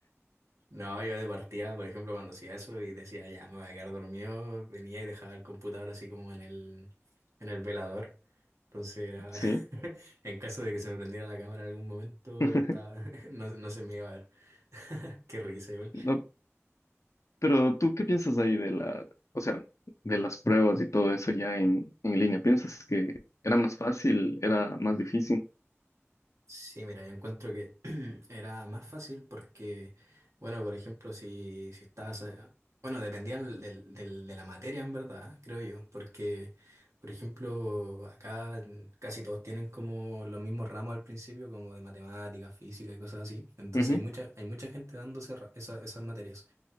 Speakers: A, on the right; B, on the left.
A: No, yo de partida, por ejemplo, cuando hacía eso y decía, ya, me voy a quedar dormido, venía y dejaba el computador así como en el, en el velador. Entonces era,
B: ¿sí?
A: <laughs> en caso de que se me prendiera la cámara en algún momento,
B: <laughs>
A: estaba- <laughs> no, no se me iba a ver. <laughs> Qué risa, igual.
B: No, pero tú, ¿qué piensas ahí de la, o sea, de las pruebas y todo eso ya en, en línea? ¿Piensas que era más fácil, era más difícil?
A: Sí, mira, yo encuentro que <clears throat> era más fácil porque, bueno, por ejemplo, si, si estabas, eh, bueno, dependía del- del- del- de la materia en verdad, creo yo, porque, por ejemplo, acá casi todos tienen como los mismos ramos al principio, como de matemáticas, física y cosas así. Entonces
B: Ujú,
A: hay mucha, hay mucha gente dando ese ra- esa- esas materias.